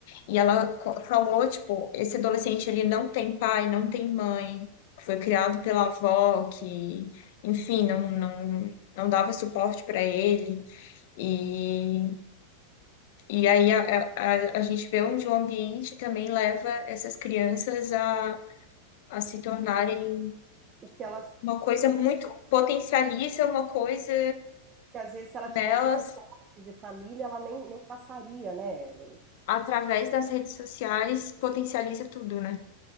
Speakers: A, on the left (about 60°); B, on the right (about 30°).
A: e ela co- falou, tipo, esse adolescente ele não tem pai, não tem mãe, foi criado pela avó que, enfim, não, não, não dava suporte para ele e, e aí a, a, a gente vê onde o ambiente também leva essas crianças a, a se tornarem
B: O que ela,
A: uma coisa muito, potencializa uma coisa
B: que às vezes se ela tivesse
A: nelas
B: um suporte de família, ela nem, nem passaria, né, Ellen?
A: através das redes sociais potencializa tudo, né? <laughs>